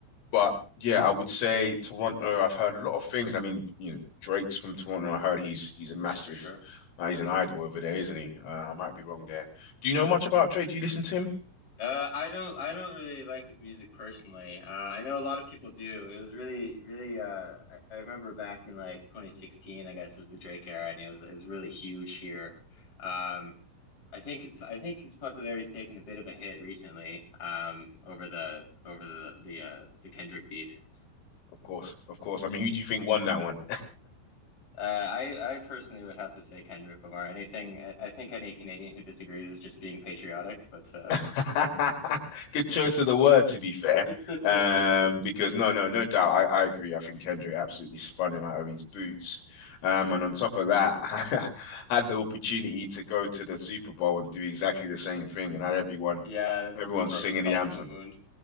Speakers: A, on the left; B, on the left.
A: but yeah, I would say Toronto. I've heard a lot of things. I mean, you know, Drake's from Toronto. I heard he's he's a massive,
B: for sure.
A: uh, he's an idol over there, isn't he? Uh, I might be wrong there. Do you know much about Drake? Do you listen to him?
B: Uh, I don't I don't really like his music personally. Uh, I know a lot of people do. It was really really uh I, I remember back in like 2016, I guess was the Drake era and it was it was really huge here. Um I think it's I think his popularity's taken a bit of a hit recently um over the over the the uh the Kendrick beef.
A: Of course, of course. I mean, who do you think won that one?
B: Uh, I I personally would have to say Kendrick Lamar. Anything I, I think any Canadian who disagrees is just being patriotic, but uh
A: <laughs> Good choice of the word, to be fair.
B: <laughs> yeah,
A: Um, because no, no, no doubt, I, I agree. I think Kendrick absolutely spun him out of his boots. Um, and on top of that, <laughs> I had the opportunity to go to the Super Bowl and do exactly the same thing, and had everyone,
B: it's
A: everyone
B: just
A: singing
B: rubbing salt
A: the anthem.
B: in the wound.